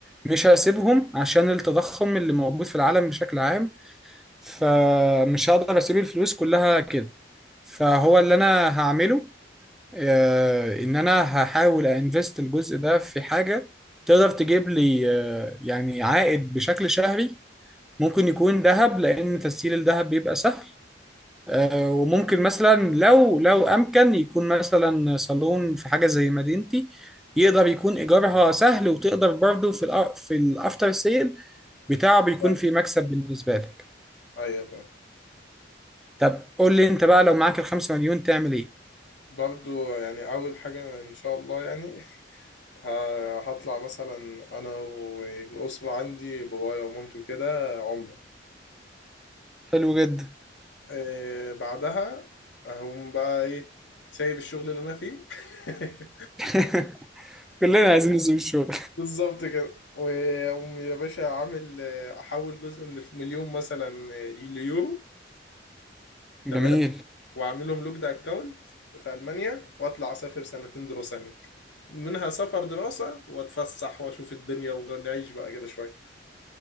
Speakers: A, in the centre; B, on the left.
A: مش هسيبهم عشان التضخم اللي موجود في العالم بشكل عام فمش هقدر اسيب الفلوس كلها كده فهو اللي انا هعمله آه، ان انا هحاول انفست الجزء ده في حاجة تقدر تجيب لي آه، يعني عائد بشكل شهري ممكن يكون ذهب لان تسييل الذهب بيبقى سهل آه، وممكن مثلا لو لو امكن يكون مثلا صالون في حاجه زي مدينتي يقدر يكون ايجارها سهل وتقدر برضه في الأ- في الافتر سيل بتاعه بيكون
B: سهلة
A: في مكسب بالنسبه لك
B: ايوه فاهم
A: طب قول لي انت بقى لو معاك الخمسة مليون تعمل ايه
B: برضو يعني اول حاجة ان شاء الله يعني ه- هطلع مثلا انا والاسرة عندي بابايا ومامتي وكده عمرة
A: حلو جدا
B: آه بعدها هقوم بقى ايه سايب الشغل اللي انا فيه <laughs>
A: <laughs> كلنا عايزين نسيب الشغل
B: بالظبط كده وأقوم يا باشا عامل آه، أحول جزء من الف- مليون مثلا آه، ليورو تمام
A: جميل
B: وأعملهم لوكد أكاونت في ألمانيا وأطلع أسافر سنتين دراسة هناك منها سفر دراسة وأتفسح وأشوف الدنيا ونعيش بقى كده شوية